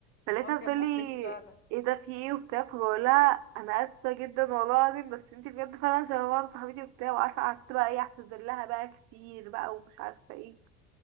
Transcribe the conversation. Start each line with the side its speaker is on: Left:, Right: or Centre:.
Right: فلقيتها
Left: هو كان
Right: بتقولي
Left: محرج فعلا
Right: ايه ده في ايه وبتاع فبقولها انا اسفه جدا والله العظيم بس انتي بجد فعلا شبه بعض صاحبتي وبتاع وعارفه قعدت بقى ايه اعتذر لها بقى كتير بقى ومش عارفه ايه